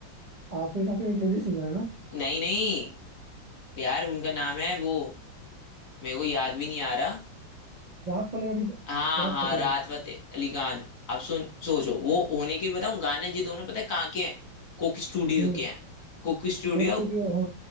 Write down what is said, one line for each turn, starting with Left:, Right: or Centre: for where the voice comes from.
Right: आफरीन आफरीन एक लेडी सिंगर है ना
Left: नहीं नहीं यार उनका नाम है वो मेरे को याद भी नहीं आ रहा
Right: Rahat Fateh Ali
Left: हाँ
Right: Rahat
Left: हाँ
Right: Fateh
Left: राहत
Right: Ali
Left: फतेह अली खान अब सुन सोचो वो होने के बताऊं गाने ये दोनों पता है कहाँ के हैं कुक स्टूडियो
Right: Hmm
Left: के हैं कुक स्टूडियो
Right: Coke Studio हाँ